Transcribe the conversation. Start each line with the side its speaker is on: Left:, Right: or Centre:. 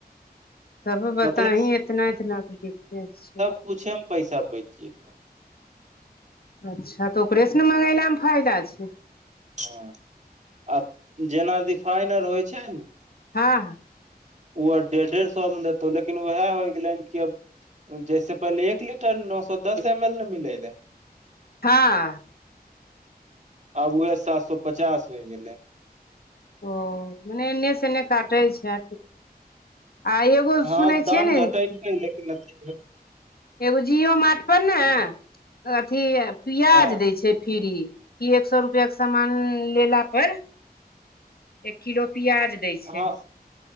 Left: तब बताही
Right: मतलब
Left: एतना एतना के डिफरेंस छै
Right: पुछेमे पैसा बचि जतऽ
Left: अच्छा तऽ ओकरे सँ ने मंगेलामे फायदा छै
Right: ह आ जेना रिफाइन आर होइ छै ने
Left: हँ
Right: ओ डेढ़ सए मे लतौ लेकिन उएह हो गेलै कि अब जैसे पहिले एक लीटर नओ सए दस एम एल ने मिलै रहै
Left: हँ
Right: आब उहै सात सो पचास होइ गेलै
Left: ओ ने ने से एन्ने काटै छै आ एगो
Right: हँ
Left: सुनै छियै ने
Right: <unintelligible>
Left: एगो जिओ मार्ट पर ने अथी पियाज
Right: हँ
Left: दै छै फ्र्री की एक सए रुपआ के सामान लेला पर एक किलो प्याज दै
Right: हँ
Left: छै